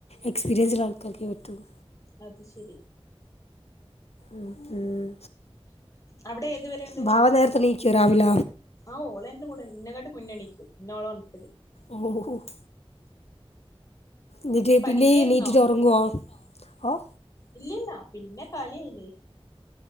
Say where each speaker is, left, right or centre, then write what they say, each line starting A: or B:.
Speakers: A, on the left; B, on the left.
A: എക്സ്പീരിയൻസിള്ളെ ആൾക്കാർക്കേ പറ്റൂള്ളൂ.
B: അത് ശരി
A: ഉം ഉം
B: അവിടെ ഏതുവരെ ഉണ്ട്
A: വാവ നേരത്തെണി ക്കോ രാവില
B: ആഹ് ഓളെന്റെ കൂടെ ഇന്നെങ്ങാട്ടീ മുന്നെണീക്കും ഇന്നോളാ ഒൺത്തല്.
A: ഓഹ് ഓഹ് ഓഹ് ങ്ങട്ട്
B: പഠിക്കായിരുന്നോ
A: പിന്നെ എണീറ്റിട്ട് ഒറങ്ങോ? ഓഹ്
B: ഇല്ലല്ലാ പിന്നെ കളിയായിലെ.